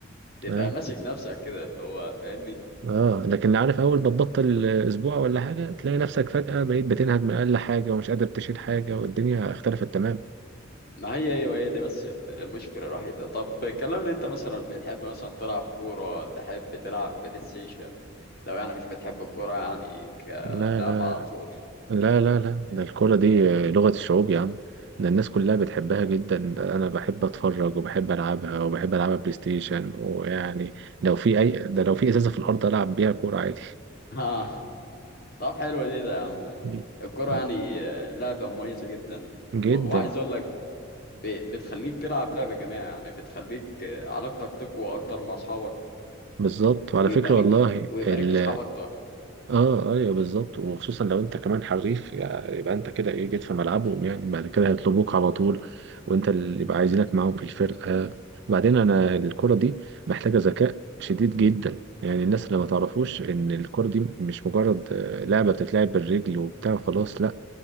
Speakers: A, on the left; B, on the right.
A: تبقى
B: ايوه
A: ماسك نفسك كده اللي هو فاهمني
B: اه لكن اللي عارف اول ما تبطل اسبوع ولا حاجه تلاقي نفسك فجاه بقيت بتنهج من اقل حاجه ومش قادر تشيل حاجه والدنيا اختلفت تمام
A: ما هي ايوه هي دي بس ال- المشكله الوحيده طب كلمني انت مثلا بتحب مثلا تلعب كوره تحب تلعب بلاي ستيشن لو يعني مش بتحب الكوره يعني كلعب
B: لا لا
A: على طول <laughs>
B: لا لا لا
A: بت-
B: ده الكورة دي لغة الشعوب يا عم ده الناس كلها بتحبها جدا أنا بحب أتفرج وبحب ألعبها وبحب ألعبها بلاي ستيشن ويعني لو في أي ده لو في إزازة في الأرض ألعب بيها كورة عادي
A: ها طب حلو دي ده يا عم
B: <laughs>
A: الكوره يعني آه، لعبه مميزه جدا
B: جدا
A: و- وعايز اقول لك ب- بتخليك تلعب لعبه جماعيه يعني بتخليك آه، علاقتك تقوى اكتر مع اصحابك
B: بالظبط وعلى
A: ويبقى
B: فكرة
A: لك
B: والله
A: ويبقى
B: ال...
A: لك اصحاب اكتر
B: اه ايوه بالظبط وخصوصا لو انت كمان حريف يعني يبقى انت كده ايه جيت في ملعبهم يعني بعد كده هيطلبوك على طول وانت اللي يبقى عايزينك معاهم في الفرقه بعدين انا الكره دي محتاجه ذكاء شديد جدا يعني الناس اللي ما تعرفوش ان الكره دي مش مجرد آه، لعبه بتتلعب بالرجل وبتاع خلاص لا